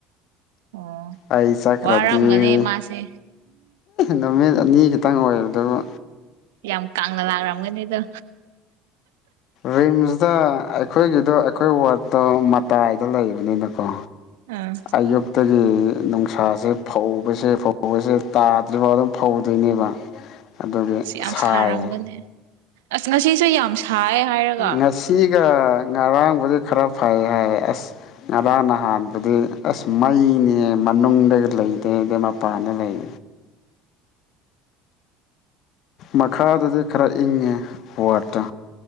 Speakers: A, on the right (about 70°); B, on the left (about 50°).
A: ꯑꯣ
B: ꯑꯩ ꯆꯈ꯭ꯔꯗꯤꯦ
A: ꯋꯥꯔꯝꯒꯅꯤ ꯃꯥꯁꯦ
B: ꯅꯃꯦ ꯈꯤꯇꯪ ꯑꯣꯏꯕꯗꯨꯕꯨ
A: ꯌꯥꯝ ꯀꯥꯡꯅ ꯂꯥꯛꯔꯝꯒꯅꯤꯗꯣ
B: ꯔꯤꯝꯁꯇ ꯑꯩꯈꯣꯏꯒꯤꯗꯣ ꯑꯩꯈꯣꯏ ꯋꯥꯔꯠꯇꯣ ꯃꯇꯥꯏꯗ ꯂꯩꯕꯅꯤꯅꯀꯣ
A: ꯑꯥ
B: ꯑꯌꯛꯇꯛꯇ ꯒꯤ ꯅꯨꯡꯁꯥꯁꯦ ꯐꯧꯕꯁꯦ ꯐꯧꯕꯁꯦ ꯇꯥꯗ꯭ꯔꯤꯐꯥꯎ ꯑꯗꯨꯝ ꯐꯧꯗꯣꯏꯅꯦꯕ ꯑꯗꯨꯒꯤ
A: ꯁꯤ ꯌꯥꯝ
B: ꯁꯥꯏꯌꯦ
A: ꯁꯥꯔꯝꯒꯅꯤ ꯑꯁ ꯉꯁꯤꯁꯨ ꯌꯥꯝ ꯁꯥꯏ ꯍꯥꯏꯔꯒ
B: ꯉꯁꯤ ꯒ ꯉꯔꯥꯡꯕꯨꯗꯤ ꯈꯔ ꯐꯩ ꯍꯥꯏ ꯑꯁ ꯉꯔꯥꯡ ꯅꯍꯥꯟꯕꯨꯗꯤ ꯑꯁ ꯃꯩꯅꯤꯍꯦ ꯃꯅꯨꯡꯗ ꯂꯩꯗꯦ ꯃꯄꯥꯟꯗ ꯂꯩ ꯃꯈꯥꯗꯗꯤ ꯈꯔ ꯏꯪꯉꯦ ꯋꯥꯠꯇ